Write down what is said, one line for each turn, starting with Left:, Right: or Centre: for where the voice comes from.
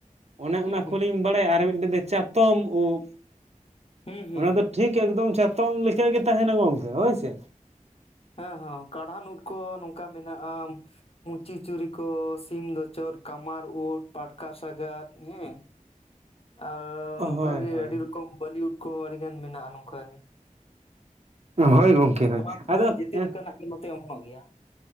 Right: ᱚᱱᱮ
Left: ᱦᱩᱸ
Right: ᱚᱱᱟ ᱠᱚᱞᱤᱧ ᱵᱟᱲᱟᱭᱟ ᱟᱨ ᱢᱤᱫᱴᱮᱡ ᱫᱚ ᱪᱟᱛᱚᱢ ᱩᱵ,
Left: ᱦᱩᱸ ᱦᱩᱸ
Right: ᱚᱱᱟ
Left: ᱦᱩᱸ
Right: ᱫᱚ ᱴᱷᱤᱠ ᱮᱠᱫᱚᱢ ᱪᱟᱛᱚᱢ ᱞᱮᱠᱟ ᱜᱮ ᱛᱟᱦᱮᱱᱟ ᱜᱚᱝᱠᱮ ᱦᱳᱭ ᱥᱮ᱾
Left: ᱦᱚᱸ, ᱦᱚᱸ ᱠᱟᱲᱦᱟᱱ ᱩᱫ ᱠᱚ ᱱᱚᱝᱠᱟ ᱢᱮᱱᱟᱜ-ᱟ᱾ ᱢᱩᱪᱤ ᱪᱩᱨᱤ ᱠᱚ ᱥᱤᱢ ᱫᱳᱪᱳᱫ ᱠᱟᱢᱟᱨ ᱳᱫᱽ ᱯᱟᱴᱠᱟ ᱥᱟᱜᱟᱫ ᱦᱮᱸ ᱟᱨ
Right: ᱦᱳᱭ
Left: ᱱᱚᱝᱠᱟ ᱜᱮ
Right: ᱦᱳᱭ
Left: ᱟᱹᱰᱤ ᱨᱚᱠᱚᱢ ᱵᱚᱞᱤ ᱩᱫ ᱠᱚ ᱟᱹᱰᱤ ᱜᱟᱱ ᱢᱮᱱᱟᱜ-ᱟ ᱱᱚᱝᱠᱟ ᱜᱮ᱾
Right: ᱦᱳᱭ ᱜᱚᱝᱠᱮ ᱦᱳᱭ
Left: ᱚᱱᱟ ᱠᱚᱫᱚ
Right: ᱟᱫᱚ
Left: ᱡᱮᱛᱮ
Right: ᱮᱸᱻ
Left: ᱞᱮᱠᱟᱱᱟᱜ ᱱᱚᱛᱮ ᱚᱢᱚᱱᱚᱜ ᱜᱮᱭᱟ᱾